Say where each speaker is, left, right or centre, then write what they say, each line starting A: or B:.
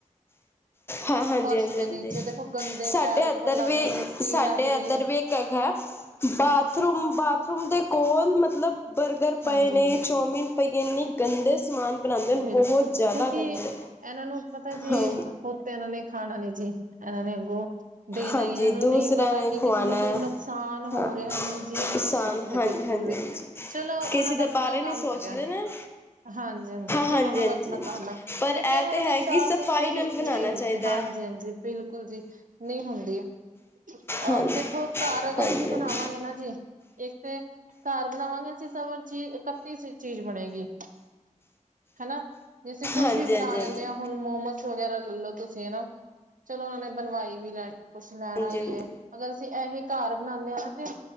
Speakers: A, on the left; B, on the right.
A: ਹਾਂ ਹਾਂਜੀ,
B: ਫਰਸ਼
A: ਹਾਂਜੀ,
B: ਦੇ
A: ਹਾਂਜੀ।
B: ਨੀਚੇ ਦੇਖੋ ਗੰਦੇ
A: ਸਾਡੇ
B: ਪੈਰ ਉੱਪਰ
A: ਇੱਧਰ
B: ਲੱਗ
A: ਵੀ
B: ਰਹੇ ਨੇ ਮਿੱਟੀ
A: ਸਾਡੇ
B: ਲੱਗ ਰਹੀ
A: ਇੱਧਰ
B: ਹੈ
A: ਵੀ। ਕ ਬਾਥਰੂਮ ਬਾਥਰੂਮ ਦੇ ਕੋਲ ਮਤਲਬ ਬਰਗਰ
B: ਹਾਂਜੀ
A: ਪਏ ਨੇ
B: ਹਾਂਜੀ
A: ਚਾਮੀਨ ਪਾਈਏ ਇੰਨੀ ਗੰਦੇ ਸਮਾਨ ਬਣਾਉਂਦੇ ਨੇ
B: ਬਿਲਕੁਲ
A: ਬਹੁਤ
B: ਜੀ,
A: ਜ਼ਿਆਦਾ
B: ਕਿਉਕਿ
A: ਗੰਦੇ
B: ਇਹਨਾਂ ਨੂੰ ਪਤਾ ਜੀ।
A: ਹਾਂ
B: ਹੁਣ ਤੇ ਇਹਨਾਂ ਨੇ ਖਾਣਾ ਨਹੀ ਜੀ ਇਹਨਾਂ ਨੇ ਗੋ। ਦੇਣਾ
A: ਹਾਂਜੀ
B: ਹੀ ਇਹਨਾਂ ਨੂੰ
A: ਦੂਸਰਿਆਂ
B: ਨਹੀਂ ਪਤਾ
A: ਨੇ
B: ਕਿ
A: ਖਵਾਉਣਾ
B: ਕਿਸੇ ਨੂੰ
A: ਹੈ
B: ਕੋਈ ਨੁਕਸਾਨ
A: ਹਾਂ
B: ਹੋ ਰਿਹਾ ਨਹੀਂ ਜੀ ਇਹ ਨਹੀਂ
A: ਕਿਸਾਨ
B: ਸੋਚ
A: ਹਾਂਜੀ
B: ਬਿਲਕੁਲ
A: ਹਾਂਜੀ
B: ਵੀ
A: ਹਾਂਜੀ
B: ਚਲੋ ਉਹਨਾਂ
A: ਕਿਸੇ
B: ਦਾ
A: ਦੇ
B: ਆਪਣਾ
A: ਬਾਰੇ
B: ਕੰਮ
A: ਨਹੀਂ ਸੋਚਦੇ
B: ਹੈਗਾ
A: ਨਾ
B: ਹਾਂਜੀ ਹਾਂ ਜੀ। ਚਲੋ
A: ਹਾਂਜੀ
B: ਉਹਨਾਂ
A: ਹਾਂਜੀ
B: ਦਾ ਆਪਣਾ
A: ਹਾਂਜੀ
B: ਕੰਮ ਹੈ।
A: ਪਰ
B: ਲੇਕਿਨ
A: ਇਹ
B: ਉਹਨਾਂ
A: ਤਾਂ
B: ਦੀ
A: ਹੈ
B: ਸਾਫ਼
A: ਕਿ ਸਫਾਈ
B: ਸਫ਼ਾਈ
A: ਨਾਲ ਬਣਾਉਣਾ
B: ਨਹੀਂ
A: ਚਾਹੀਦਾ
B: ਹੁੰਦੀ। ਹਾਂਜੀ,
A: ਹੈ
B: ਹਾਂਜੀ ਬਿਲਕੁਲ ਜੀ, ਨਹੀਂ ਹੁੰਦੀ। ਔਰ
A: ਹਾਂਜੀ
B: ਦੇਖੋ, ਘਰ ਅਗਰ
A: ਹਾਂਜੀ
B: ਅਸੀਂ ਬਣਾਵਾਂਗੇ
A: ਹਾਂਜੀ ਹਾਂਜੀ
B: ਨਾ ਜੀ। ਇੱਕ ਤੇ ਘਰ ਬਣਾਵਾਂਗੇ, ਅਸੀਂ ਸਗੋ ਚੀਜ਼ ਇਕੱਤੀ ਚ ਚੀਜ਼ ਬਣੇਗੀ। ਹਨਾ ਜੇ ਅਸੀਂ ਕੁਛ
A: ਹਾਂਜੀ
B: ਵੀ ਬਣਾ
A: ਹਾਂਜੀ ਹਾਂਜੀ
B: ਲੈਂਦੇ ਹਾਂ। ਹੁਣ ਮੋਮੋਸ ਵਗੈਰਾ ਲੈਲੋ ਤੁਸੀਂ ਹਨਾ। ਚਲੋ ਉਹਨਾ ਨੇ ਬਣਵਾਈ ਵੀ ਲੈਣੀ। ਕੁਛ ਲੈਣਾ
A: ਹਾਂਜੀ
B: ਈਏ
A: ਹਾਂਜੀ
B: ਅਗਰ ਅਸੀਂ ਇਹ ਘਰ ਬਣਾਉਦੇ ਹਾਂ ਨਾ ਤੇ